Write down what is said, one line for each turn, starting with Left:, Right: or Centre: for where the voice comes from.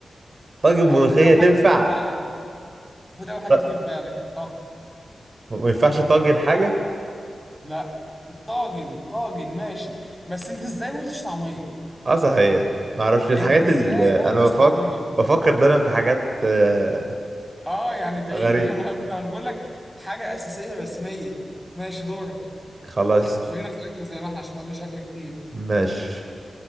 Right: طاجن
Centre: هي
Right: ملوخية
Centre: المفروض أول حاجة
Right: تنفع؟
Centre: تيجي في بالك المفروض اول حاجه
Right: لا
Centre: تيجي في بالك الطه
Right: ما ينفعش طاجن حاجة؟
Centre: لا الطاجن طاجن ماشي بس انت ازاي ما قلتش طعميه
Right: اه صحيح ما اعرفش الحاجات
Centre: انت ازاي
Right: اللي
Centre: ما
Right: انا
Centre: قلتش
Right: بفكر
Centre: طعميه
Right: بفكر دايما في حاجات آه،
Centre: اه يعني بعيده
Right: غريبة
Centre: <laughs> ما أنا بقول لك حاجه اساسيه رسميه ماشي دورك
Right: خلاص
Centre: خلينا في اكله زي ما احنا عشان ما قلناش اكله كتير
Right: ماشي